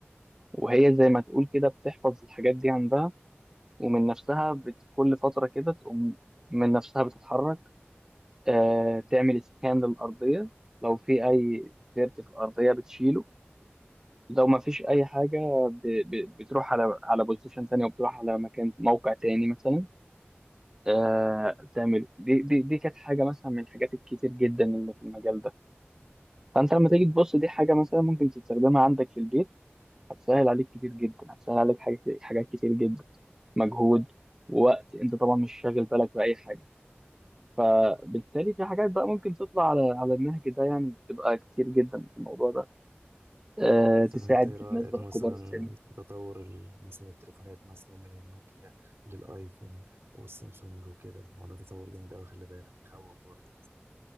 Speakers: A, on the right; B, on the right.
A: وهي زي ما تقول كده بتحفظ الحاجات دي عندها ومن نفسها بت... كل فترة كده تقوم من نفسها بتتحرك آه تعمل سكان للأرضية لو في أي ديرت في الأرضية بتشيله لو ما فيش أي حاجة ب... ب... بتروح على على بوزيشن تاني وبتروح على مكان موقع تاني مثلا آه بتعمله دي دي دي كانت حاجه مثلا من الحاجات الكتير جدا اللي في المجال ده فانت لما تيجي تبص دي حاجه مثلا ممكن تستخدمها عندك في البيت هتسهل عليك كتير جدا هتسهل عليك حاجات حاجات كتير جدا مجهود ووقت انت طبعا مش شاغل بالك باي حاجه فبالتالي في حاجات بقى ممكن تطلع على على النهج ده يعني بتبقى كتير جدا في الموضوع ده آه تساعد
B: طب انت ايه رأيك
A: الناس بقى
B: مثلا
A: كبار السن
B: في تطور ال- مثلا التليفونات مثلا من النوكيا للايفون والسامسونج وكده هو ده تطور جامد قوي خلي بالك يخوف برضه